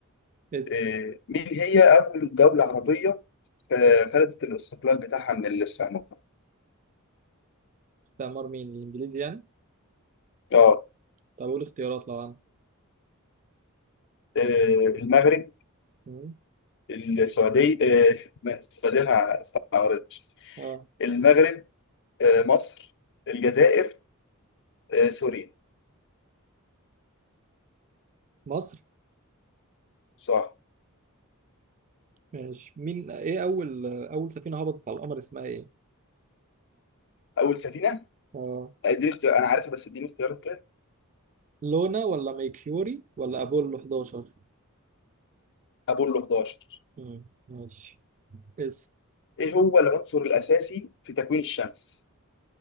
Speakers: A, on the right; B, on the left.
A: اسم
B: آه، مين هي اول دوله عربيه آه، خدت الاستقلال بتاعها من الاسبان
A: استعمار مين الانجليزي يعني
B: اه
A: طب اقول اختيارات لو عندك
B: آه، المغرب
A: مم.
B: السعوديه آه، ما- السعوديه ما استعارتش
A: اه
B: المغرب آه، مصر الجزائر آه، سوريا
A: مصر
B: صح
A: ماشي مين ايه اول اول سفينة هبطت على القمر اسمها ايه
B: اول سفينه
A: اه
B: اديني اختيار انا عارفها بس اديني اختيارات كده
A: لونا ولا ميكيوري ولا ابولو 11
B: ابولو 11
A: مم. ماشي اسم
B: ايه هو العنصر الاساسي في تكوين الشمس